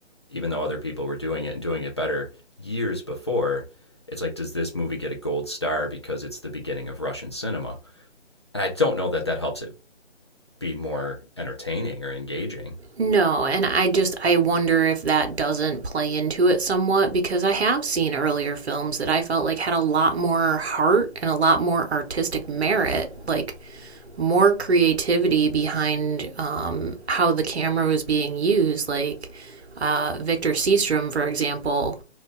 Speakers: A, on the left; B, on the right.
A: Even though other people were doing it and doing it better years before, it's like does this movie get a gold star because it's the beginning of Russian cinema? And I don't know that that helps it be more entertaining or engaging,
B: No, and I just I wonder if that doesn't play into it somewhat because I have seen earlier films that I felt like had a lot more heart and a lot more artistic merit. Like more creativity behind um, how the camera was being used. Like uh, Victor Seastrom, for example,